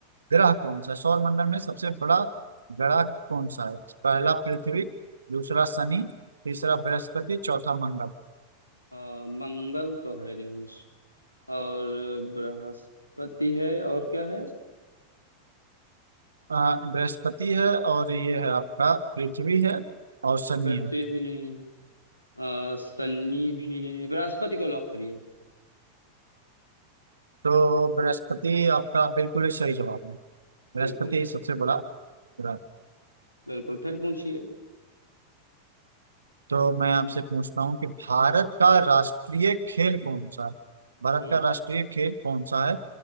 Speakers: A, on the right; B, on the left.
A: ग्रह कौन सा है सौर मंडल में सबसे बड़ा ग्रह कौन सा है पहला पृथ्वी दूसरा शनि तीसरा बृहस्पति चौथा मंगल
B: अ, मंगल तो है नहीं और बृहस्पति है और क्या है
A: आ, बृहस्पति है और ये है आपका पृथ्वी है और शनि
B: पृथ्वी
A: है
B: भी नहीं है अ, शनि भी नहीं है बृहस्पति को लॉक करिए
A: तो बृहस्पति आपका बिल्कुल ही सही जवाब है
B: बिल्कुल
A: बृहस्पति ही सबसे बड़ा ग्रह है।
B: बिल्कुल फिर पूछिए
A: तो मैं आपसे पूछता हूँ कि भारत का राष्ट्रीय खेल कौन सा है भारत
B: हम्म
A: का राष्ट्रीय खेल कौन सा है